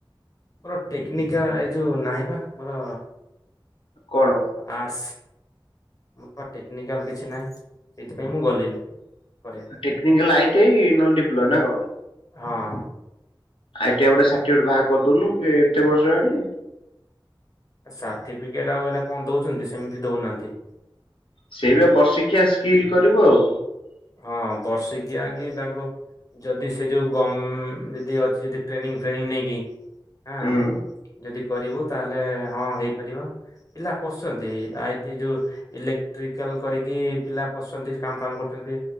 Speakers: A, on the left; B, on the left.
A: ମୋର ଟେକ୍ନିକା ଏଇ ଯୋଉ ନାହିଁ ବା ମୋର
B: କଣ?
A: ଆର୍ସ ମୁଁ ତ ଟେକ୍ନିକାଲ କିଛି ନାହିଁ ସେଇଥିପାଇଁ ମୁଁ ଗଲିନି। କରିବା ପାଇଁ
B: ଟେକ୍ନିକାଲ ଆଇ ଟି ଆଇ ନହେଲେ ଡିପ୍ଲୋମା ନା କଣ?
A: ହଁ।
B: ଆଇ ଟି ଆଇ ଗୋଟେ ସାର୍ଟିଫିକେଟ ବାହାର କରିଦୋଉନୁ କି ଏତେ ବର୍ଷ ହେଲାଣି।
A: ସାର୍ଟିଫିକେଟ ଆଉ ଏଇନା କଣ ଦୋଉଚନ୍ତି। ସେମିତି ଦୋଉନାହାନ୍ତି।
B: ସେଇବା ବର୍ଷିକିଆ ସ୍କିଲ୍ କରିବୁ ଆଉ।
A: ହଁ ବର୍ଷିକିଆ କି ତାଙ୍କୁ ଯଦି ସେ ଯୋଉ ଗ ଯଦି ଅଛି ଯଦି ଟ୍ରେନିଂ ଫ୍ରେନିଂ ନେଇକି। ହଁ
B: ହୁଁ
A: ଯଦି କରିବୁ ତାହେଲେ ହଁ ହେଇପାରିବ। ପିଲା ପଶୁଛନ୍ତି ଆଇଟି ଏ ଯୋଉଁ ଇଲେକ୍ଟ୍ରିକାଲ୍ କରିକି ପିଲା ପଶୁଛନ୍ତି। କାମ ଫାମ କରୁଛନ୍ତି।